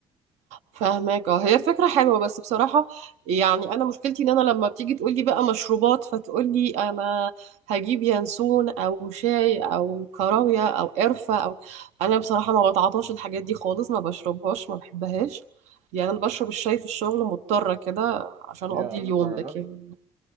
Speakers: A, on the right; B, on the right.
A: فهماك اه هي فكرة حلوة بس بصراحة يعني أنا مشكلتي إن أنا لما بتيجي تقولي بقى مشروبات فتقولي أنا هجيب ينسون أو شاي أو كراوية أو قرفة أو أنا بصراحة ما بتعاطاش الحاجات دي خالص ما بشربهاش ما بحبهاش يعني أنا بشرب الشاي في الشغل مضطرة كده عشان
B: يا
A: أقضي اليوم
B: للدرجه
A: لكن
B: دي